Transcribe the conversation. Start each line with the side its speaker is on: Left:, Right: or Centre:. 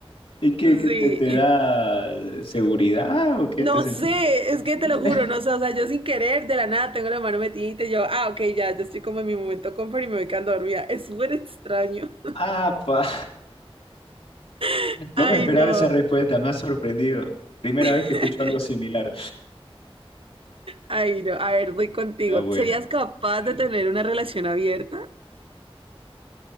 Left: ¿Y qué, qué
Right: Sí.
Left: te, te da eh, seguridad o qué
Right: No
Left: te sentís?
Right: sé,
Left: cómodo?
Right: es que
Left: <laughs>
Right: te lo juro, no sé, o sea, yo sin querer, de la nada, tengo la mano metida y yo, ah, ok, ya, yo estoy como en mi momento confort y me voy quedando dormida. Es súper extraño.
Left: Ah, pa.
Right: <laughs>
Left: No
Right: Ay,
Left: me esperaba
Right: no,
Left: esa respuesta, me ha sorprendido. Primera
Right: <laughs>
Left: vez que escucho algo similar.
Right: ay, no, a ver, voy contigo.
Left: Está buena,
Right: ¿Serías capaz de
Left: dale.
Right: tener una relación abierta?